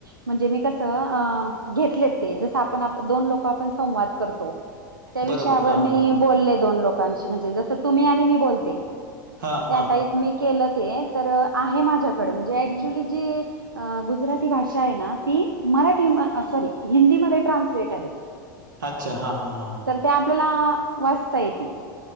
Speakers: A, on the right; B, on the right.
A: म्हणजे मी कसं अह घेतलेत ते जस आपण दोन लोक आपण संवाद करतो त्या
B: बरोबर.
A: विषयावर
B: हां, हां.
A: मी बोलले दोन लोकांशी म्हणजे जस तुम्ही आणि मी बोलते
B: हां,
A: त्या
B: हां.
A: टाईप मी केलं ते तर आहे माझ्याकडे म्हणजे ऍक्च्युली जी अह गुजराती भाषा आहे ना ती मराठी सॉरी हिंदीमध्ये ट्रान्सलेट आहेत.
B: अच्छा हा हा हा.
A: तर ते आपल्याला वाचता येते.